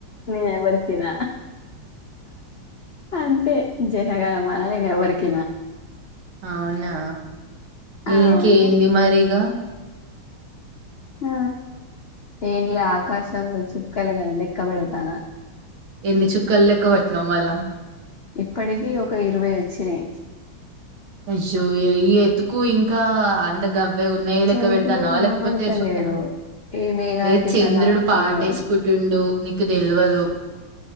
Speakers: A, on the left (about 80°); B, on the right (about 70°).
A: నేనే ఎవరికీ విన అంతే జనగణ మనా నేను ఎవరికి విన
B: అవునా
A: అవును
B: ఇంకేంది మరిగ
A: ఆ ఏంలే ఆకాశంలో చుక్కలు లెక్కపెడుతున్న
B: ఎన్ని చుక్కలు లెక్క పట్నవు మళ
A: ఇప్పటికీ ఒక ఇరవై వచ్చినాయి
B: అయ్యో ఎత్తుకు ఇంకా గవ్వే ఉన్నాయి లెక్కబెడుతున్నావా
A: చంద్రుడు కనపడతలేడు
B: లేకపోతే చూస్తున్నావా
A: మేఘాల
B: ఏ
A: కింద
B: చంద్రుడు
A: దాసుకున్నాడు
B: పాటేసుకుంటుండు నీకు తెల్వదు